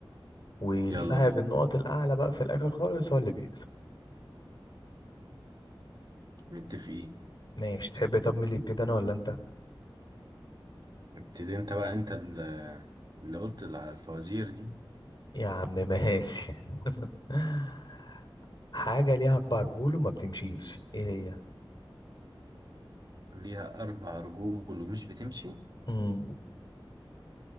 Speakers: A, on the left; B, on the right.
A: والصاحب
B: يلا بينا
A: النقط الاعلى بقى في الاخر خالص هو اللي بيكسب
B: متفقين
A: ماشي تحب طب مين اللي يبتدي انا ولا انت
B: ابتدي انت بقى انت ال- اللي قلت اللي على الفوازير دي
A: يا عم ماشي <laughs> حاجة ليها أربع رجول وما بتمشيش إيه هي؟
B: ليها اربع رجول ومش بتمشي
A: امم